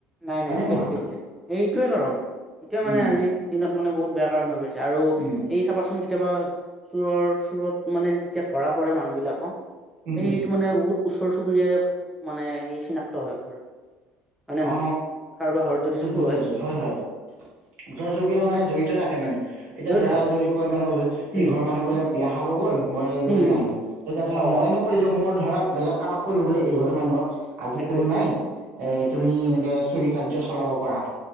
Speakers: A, in the centre; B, on the right.
A: নাই
B: হয়নে
A: নাই ঠিকে
B: নহয়
A: - ঠিকে - ঠিকে সেইটোয়ে কাৰণ এইটোয়ে মানে
B: উম
A: আজিৰ দিনত মানে বহুত বেয়া কাৰণ হৈ গৈছে। আৰু
B: উম
A: এই চাবাচোন কে কেতিয়াবা চোৰৰ - চোৰত মানে যেতিয়া ধৰা পৰে মানুহ বিলাকক
B: উম
A: সেইটো
B: উম
A: মানে উত ওচৰ চুবুৰীয়াই মানে এই চিনাক্ত হৈ পৰে। হয় নে
B: অ,
A: নহয় কাৰোবাৰ ঘৰত যদি
B: চবি
A: চুৰ
B: কাৰ্যত হয় - হয়। ওচৰ চুবুৰীয়া মানে জড়িত থাকে মানে এতিয়া
A: জড়িত
B: ধৰা
A: থাকে
B: যদি কয় মানে এই
A: উম
B: ঘৰ মানুহ বোলে বিয়া খাব গ'ল মই
A: উম
B: বোলে
A: হম
B: জানো তেতিয়া ধৰা
A: অ
B: মই নক কৰিলো মোৰ ধৰা বেলেগ কাবাক কৰিলো বোলে এইঘৰৰ মানুহত আজি
A: সেইটোৱে
B: কোনো
A: সেইটোৱে
B: নাই এ
A: সেইটোৱে
B: তুমি এনেকে চুৰি কাৰ্য চলাব পাৰা।